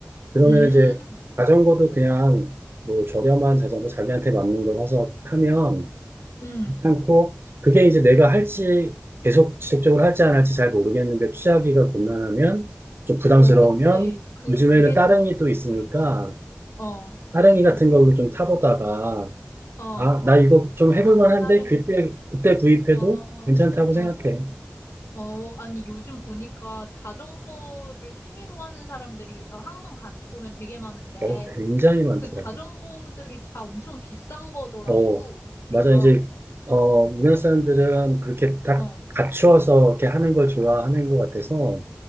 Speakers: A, on the right; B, on the left.
A: 그러면
B: 음,
A: 이제 자전거도 그냥 뭐 저렴한 자전거 자기한테 맞는 거 사서 타면
B: 음.
A: 괜찮고, 그게 이제 내가 할지 계속 지속적으로 할지 안 할지 잘 모르겠는데 취하기가 곤란하면 좀 부담스러우면
B: 어, 그치. 그,
A: 요즘에는
B: 그게
A: 따릉이
B: 좀
A: 또 있으니까
B: 그렇지. 어,
A: 따릉이 같은 걸로 좀 타보다가
B: 어.
A: 아, 나 이거 좀
B: 아,
A: 해볼
B: 따,
A: 만한데
B: 따릉이.
A: 그때, 그때 구입해도
B: 어,
A: 괜찮다고
B: 어,
A: 생각해.
B: 어. 아니, 요즘 보니까 자전거를 취미로 하는 사람들이 어, 한강 가, 보면 되게 많은데,
A: 어, 굉장히 많더라고요.
B: 그 자전거들이 다 엄청 비싼 거더라고.
A: 어, 맞아.
B: 그러니까,
A: 이제, 어, 우리나라 사람들은 그렇게 딱
B: 어,
A: 갖추어서 이렇게 하는 걸 좋아하는 것 같아서,